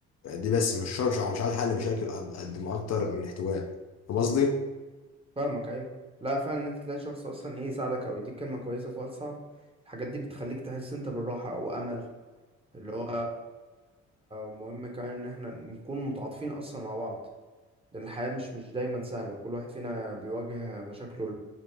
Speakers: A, on the left; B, on the right.
A: يعني دي بس مش شرط مش عاوز حل مشاكل قد قد ما اكتر من احتواء فاهم
B: مم.
A: قصدي؟
B: فاهمك أيوة لا فعلا إن أنت تلاقي شخص أصلا إيه يساعدك أو يديك كلمة كويسة في وقت صعب الحاجات دي بتخليك تحس أنت بالراحة أو أمل اللي هو مهم كمان إن إحنا نكون متعاطفين أصلا مع بعض لأن الحياة مش مش دايما سهلة وكل واحد فينا بيواجه مشاكله